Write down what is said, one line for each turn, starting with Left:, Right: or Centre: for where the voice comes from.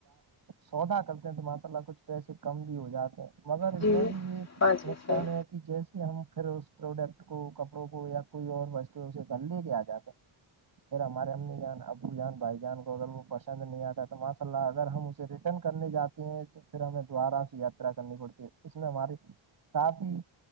Right: سودا کرتے ہیں تو ماشاء اللہ کچھ پیسے کم بھی ہو جاتے ہیں مگر اس
Left: جی
Right: میں بھی یہ
Left: ہاں جی
Right: نقصان
Left: صحیح
Right: ہے کہ جیسے ہم پھر اس پروڈکٹ کو کپڑوں کو یا کوئی اور وستو اسے گھر لے کے آ جاتا پھر ہمار ا می جا ن وجان بھائی جان کو اگر وہ پسند نہیں آتا تو ماشاء اللہ اگر ہم اسے ریٹرن کرنے جاتے ہیں تو پھر ہمیں دوبارہ سے یاترا کرنی پڑتی ہے اس میں ہماراری کافی